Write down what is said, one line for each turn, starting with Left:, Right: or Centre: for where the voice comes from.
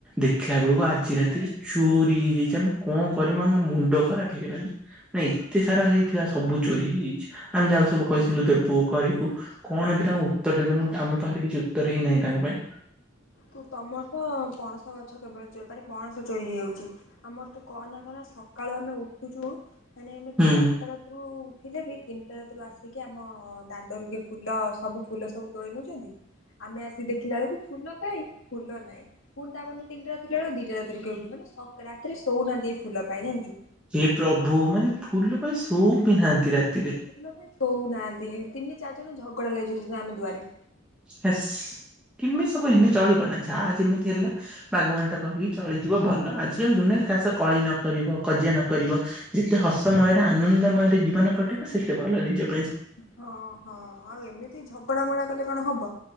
Centre: ଦେଖିଲା ବେଳକୁ ଆଜି ରାତି ସେଥିରେ ଚୋରି ହେଇଯାଇଛି ଆମେ କଣ କରିମୁ ଆମ ମୁଣ୍ଡ ଖରାପ ହେଇଗଲାଣି। ନାଇଁ ଏତେ ସାରା ହେଇଥିଲା ସବୁ ଚୋରି ହେଇଯାଇଛି ଆମେ ଯାହାକୁ ସବୁ କହିଥିଲୁ ଦେବୁ କରିବୁ। କଣ ଏବେ ତାଙ୍କୁ ଉତ୍ତର ଦେମୁଁ ଆମ ପାଖରେ କିଛି ଉତ୍ତର ହିଁ ନାହିଁ ତାଙ୍କ ପାଇଁ।
Left: ତୁ ତମର ତ ପଣସ ଗଛ କେବଳ ପଣସ ଚୋରି ହେଇଯାଉଛି। ଆମର ତ କହନା କହନା ସକାଳୁ ଆମେ ଉଠୁଛୁ ମାନେ ଆମେ
Centre: ହୁଁ
Left: ଚାରିଟା ରାତିରୁ ଉଠିଲେ ବି ତିନିଟା ରାତିରୁ ଆସିକି ଆମ ଦାଣ୍ଡରୁ କିଏ ଫୁଲ ସବୁ ଫୁଲ ସବୁ ତୋଳି ନେଉଛନ୍ତି। ଆମେ ଆସିକି ଦେଖିଲା ବେଳକୁ ଫୁଲ କାଇଁ! ଫୁଲ ନାଇ ପୁଣି ତାପର ଦିନ ତିନିଟା ବେଳକୁ ଦିଟା ରାତିରୁ କିଏ ଉଠିବ ମାନେ ରାତିରେ ଶୋଉନାହାନ୍ତି ଏଇ ଫୁଲ ପାଇଁ ଜାଣିଛୁ।
Centre: ହେ ପ୍ରଭୁ ମାନେ ଫୁଲ ପାଇଁ ସଉ ବି ନାହାନ୍ତି ରାତିରେ।
Left: ଇଲ ସେ ଶୋଉନାହାନ୍ତି ତିନି ଚାରି ଜଣ ଝଗଡା ଲାଗିଯାଉଛନ୍ତି ଆମ ଦୁଆରେ।
Centre: ହେସ୍ କିମିତି ସବୁ ହେନେ ଚଳିବ ନା ଯାହା ଯେମିତି ହେଲେ ଭାଗବାଣ୍ଟ କରିକି ଚଳିଯିବ ଭଲ, ଆଜିକାଲି ଦୁନିଆରେ କାହା ସହ କଳି ନକରିବ କଜିଆ ନ କରିବ ଯେତେ ହସମୟରେ ଆନନ୍ଦମୟରେ ଜୀବନ କଟିବ ସେତେ ଭଲ ନିଜପାଇଁ
Left: ହଁ ହଁ ଆଉ ଏମିତି ଝଗଡା ମଗଡା କଲେ କଣ ହବ?